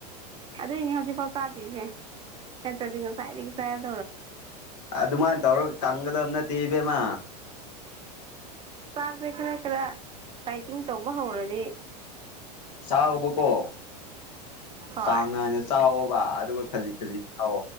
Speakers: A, on the right; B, on the left.
A: ꯑꯗꯨꯏꯅꯦ ꯍꯧꯖꯤꯛꯐꯥꯎ ꯆꯗꯔꯤꯅꯦ ꯅꯥꯠꯔꯗꯤ ꯉꯥꯁꯥꯏꯗꯩꯩ ꯆꯔꯥꯅꯤ
B: ꯑꯗꯨꯃꯥꯏꯅ ꯇꯧꯔꯒ ꯀꯪꯒꯗꯕ ꯅꯠꯇꯦ ꯏꯕꯦꯝꯃ
A: ꯆꯥꯛꯁꯦ ꯈꯔ ꯈꯔ ꯇꯥꯏꯇꯤꯡ ꯇꯧꯕ ꯍꯧꯔꯗꯤ
B: ꯆꯕ ꯀꯣ
A: ꯍꯣꯏ
B: ꯆꯥꯡ ꯅꯥꯏꯅ ꯆꯥꯎꯋꯕ ꯑꯗꯨꯒ ꯈꯖꯤꯛ ꯈꯖꯤꯛ ꯆꯥꯎ